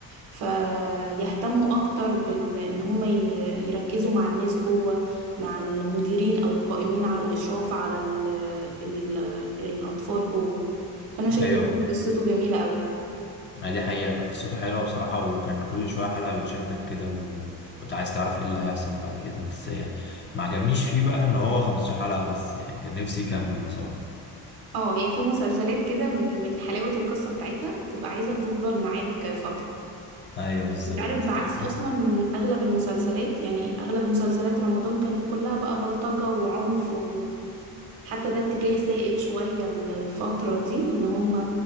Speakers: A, on the right; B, on the left.
A: فيهتموا اكتر بال ان هم ي- يركزوا مع الناس جوه مع المديرين او القائمين على الاشراف على ال ال الاطفال جوه فانا شايفه
B: ايوه
A: برضه قصته جميله قوي
B: يعني دي حقيقة كانت قصته حلوة بصراحة وكان كل شوية حلقة بتشدك كده و... وانت عايز تعرف ايه اللي هيحصل بعد كده بس يعني ما عجبنيش فيه بقى ان هو 15 حلقة بس يعني كان نفسي يكمل بصراحة
A: اه هي في مسلسلات كده من من حلاوه القصه بتاعتها تبقى عايزه تفضل معاك فتره
B: ايوه بالظبط
A: انت عارف بعكس
B: طب-
A: اصلا الم- اغلب المسلسلات يعني اغلب مسلسلات رمضان كانت كلها بقى بلطجة وعنف وحتى ده اتجاه سائد شوية ال- الفترة دي ان هم